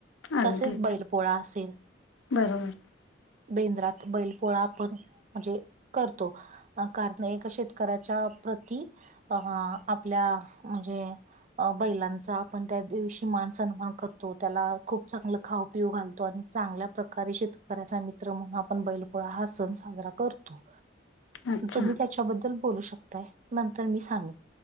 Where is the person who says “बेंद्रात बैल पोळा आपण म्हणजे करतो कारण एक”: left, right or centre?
Right